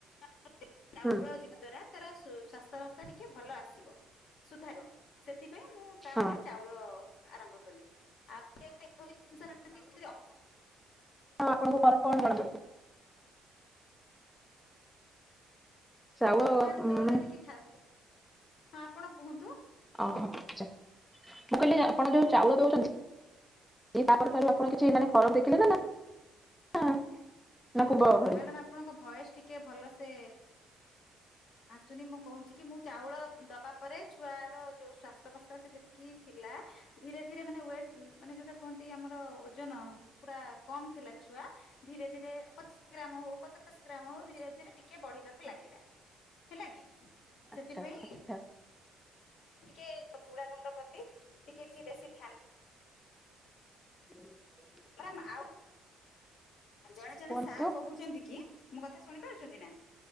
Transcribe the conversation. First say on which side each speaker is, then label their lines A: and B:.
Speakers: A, on the left (about 65°); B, in the centre.
A: <unintelligible>
B: ହୁଁ
A: ଯିବା ଦ୍ଵାରା ତାର ସୁ-ସ୍ଵାସ୍ଥ୍ୟ ଅବସ୍ଥା ଟିକେ ଭଲ ଆସିବ। ସୁଧାଇବ ସେଥିପାଇଁ ମୁଁ ତାପରେ
B: ହଁ
A: ଚାଉଳ ଆରମ୍ଭ କଲି ଆଉ <unintelligible>
B: ଆଉ ଆପଣଙ୍କୁ ଫରକ କଣ ଜଣାପଡ଼ୁଚି। ଚାଉଳ
A: ଛୁଆ ଯେତେବେଳେ
B: ମାନେ
A: ଟିକେ ଖାଆ <unintelligible> ହଁ ଆପଣ କୁହନ୍ତୁ?
B: ଓହୋ ଆଚ୍ଛା ମୁଁ କହିଲି ଆପଣ ଯେଉ
A: ଆଜ୍ଞା
B: ଚାଉଳ ଦେଉଛନ୍ତି ତାପରେ ତା ଆପଣ କିଛି ଫରକ୍ ଦେଖିଲେ ନା ନା ପୂର୍ବ ଭଳି?
A: ମ୍ୟାଡାମ ଆପଣଙ୍କ ଭଏସ ଟିକେ ଭଲ ସେ ଆସୁନି ମୁଁ କହୁଛି କି ମୁଁ ଚାଉଳ ଦବା ପରେ ଛୁଆ ଯୋଉ ସ୍ଵାସ୍ଥ୍ୟବସ୍ଥା ସେ ଯେତିକି ଥିଲା ଧୀରେ ଧୀରେ ମାନେ ୱେଟ ମାନେ ଯୋଉଟା କୁହନ୍ତି ଆମର ଓଜନ ପୁରା କମ ଥିଲା ଛୁଆ ଧୀରେ ଧୀରେ- ପଚିଶ ଗ୍ରାମ ହଉ ପଚାଶ ଗ୍ରାମ ହଉ ଧୀରେ ଧୀରେ ଟିକେ ବଢିବାକୁ ଲାଗିଲା ହେଲା କି ସେଥିପାଇଁ
B: ଆଚ୍ଛା ଆଛା
A: ଟିକେ ଚୁଡା ଗୁଣ୍ଡ ପ୍ରତି ଟିକେ ଟିକେ ବେଶୀ ଧ୍ୟାନ
B: ହୁ
A: ମ୍ୟାଡ଼ାମ ଆଉ ଜଣେ ଜଣେ
B: କୁହନ୍ତୁ
A: ସାର୍ କହୁଛନ୍ତି କି। ମୋ କଥା ଶୁଣି ପାରୁଛନ୍ତି ନା?